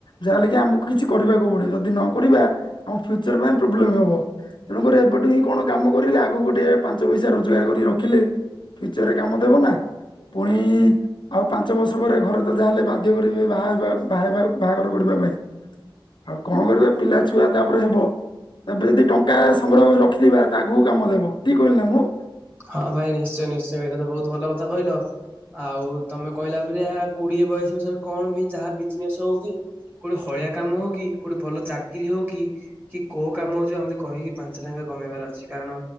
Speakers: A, on the left; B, on the right.
A: ଯା ହେଲେ କିି ଆମକୁ କିଛି କରିବାକୁ ପଡିବ ଯଦି ନକରିବା ଆମ ଫ୍ୟୁଚର ପାଇଁ ପ୍ରୋବ୍ଲେମ ହବ। ତେଣୁକରି ଏବେଠୁ ହିଁ କଣ କାମ କରିଲେ ଆଗକୁଟେ ପାଞ୍ଚ ପଇସା ରୋଜଗାର କରି ରଖିଲେ ଫ୍ୟୁଚରରେ କାମ ଦେବ ନା। ପୁଣି ଆଉ ପାଞ୍ଚ ବର୍ଷ ପରେ ଘରେ ତ ଯାହାହେଲେ ବାଧ୍ୟ କରିବେ ବାହା ହବା ବାହାବା ବାହାଘର କରିବା ପାଇଁ ଆଉ କଣ କରିବା ପିଲା ଛୁଆ ତାପରେ ହେବ। ଏବେ ଯଦି ଟଙ୍କା ସଂଗ୍ରହ କରି ରଖିଥିବା ତା ଆଗକୁ କାମ ଦେବ ଠିକ କହିଲି ନା ମୁଁ।
B: ହଁ ଭାଇ ନିଶ୍ଚୟ ନିଶ୍ଚୟ ଏଇଟା ତ ବହୁତ ଭଲ କଥା କହିଲ। ଆଉ ତମେ କହିଲା ପରିଆ କୋଡିଏ ବୟସ ବିଷୟରେ କଣ ବି ଯାହା ବିଜନେସ ହଉ କି କୋଉଠି ହଳିଆ କାମ ହଉ କି କୋଉଠି ଭଲ ଚାକିରି ହଉ କି କି କୋଉ କାମ ହଉଛି ଆମେ କହିକି ପାଞ୍ଚ ଟଙ୍କା କମେଇବାର ଅଛି କାରଣ